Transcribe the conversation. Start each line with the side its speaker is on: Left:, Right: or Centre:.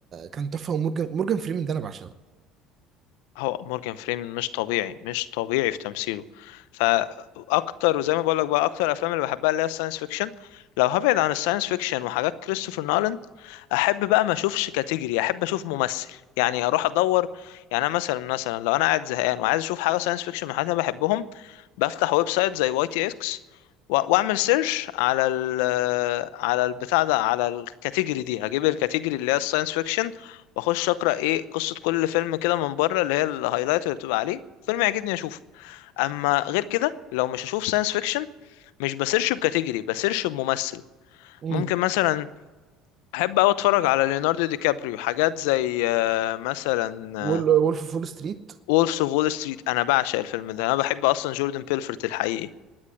Right: كان تحفه ومورجان مورجان فريمان ده انا بعشقه
Left: هو مورجان فريمان مش طبيعي مش طبيعي في تمثيله فاكتر وزي ما بقول لك بقى اكتر افلام اللي بحبها اللي هي الساينس فيكشن لو هبعد عن الساينس فيكشن وحاجات كريستوفر نولان احب بقى ما اشوفش كاتيجوري احب اشوف ممثل يعني اروح ادور يعني انا مثلا مثلا لو انا قاعد زهقان وعايز اشوف حاجه ساينس فيكشن من حاجات انا بحبهم بفتح ويب سايت زي واي تي اكس واعمل سيرش على ال على البتاع ده على الكاتيجوري دي هجيب الكاتيجوري اللي هي الساينس فيكشن واخش اقرا ايه قصه كل فيلم كده من بره اللي هي الهايلايت اللي بتبقى عليه فيلم يعجبني اشوفه اما غير كده لو مش هشوف ساينس فيكشن مش بسيرش بكاتيجوري بسيرش بممثل
Right: امم
Left: ممكن مثلا احب اوي اتفرج على ليوناردو دي كابريو حاجات زي آه، مثلا
Right: وولف فول ستريت
Left: وولفز اوف وول ستريت انا بعشق الفيلم ده انا بحب اصلا جوردن بيلفورت الحقيقي